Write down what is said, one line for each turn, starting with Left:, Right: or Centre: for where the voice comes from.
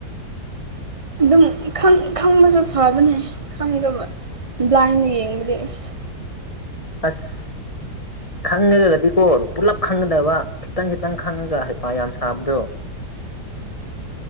Right: ꯑꯗꯨꯝ ꯈꯪꯕꯁꯨ ꯐꯕꯅꯦ ꯈꯪꯗꯕ ꯕ꯭ꯂꯥꯏꯟꯗ ꯌꯦꯡꯕꯗꯤ ꯑꯁ
Left: ꯑꯁ ꯈꯪꯉꯒꯒꯗꯤꯀꯣ ꯄꯨꯂꯞ ꯈꯪꯒꯗꯕ ꯈꯤꯇꯪ ꯈꯤꯇꯪ ꯈꯪꯉꯒ ꯍꯄꯥ ꯌꯥꯝ ꯁꯥꯕꯗꯣ